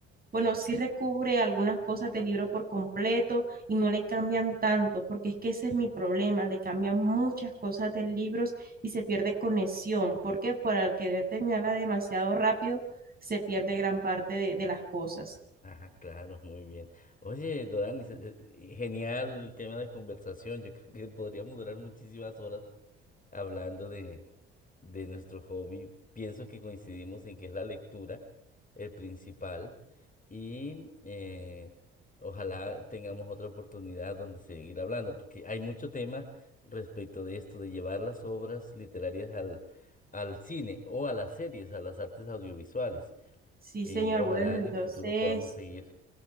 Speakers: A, on the right; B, on the left.
A: bueno, sí recubre algunas cosas del libro por completo y no le cambian tanto, porque es que ese es mi problema, le cambian muchas cosas del libro y se pierde conexión, porque por al querer terminarla demasiado rápido, se pierde gran parte de, de las cosas.
B: Ah, claro, muy bien. Oye, Dorani, se- eh, genial el tema de conversación. Yo creo que podríamos durar muchísimas horas hablando de, de nuestro hobby. Pienso que coincidimos en que es la lectura el principal y eh, ojalá tengamos otra oportunidad donde seguir hablando, porque hay mucho tema respecto de esto, de llevar las obras literarias al, al cine o a las series, a las artes audiovisuales.
A: Sí,
B: Y
A: señor,
B: ojalá
A: bueno,
B: en
A: entonces,
B: el futuro podamos seguir.